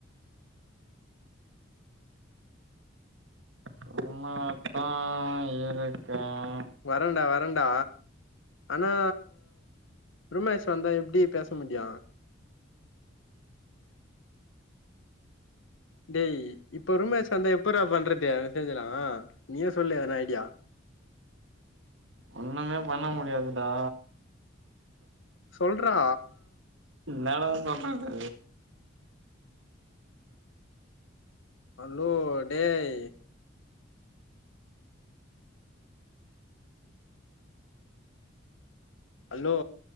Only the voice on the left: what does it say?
வரண்டா வரண்டா ஆனா ரூம்மேஷ் வந்தா எப்டி பேச முடியு டேய் இப்ப ரூமேஷ் வந்த எப்டரா பண்றது மெஸ்சேஜலா நீயே சொல்லு எதனா ஐடியா
சொல்ட்றா
ஹலோ டேய் ஹலோ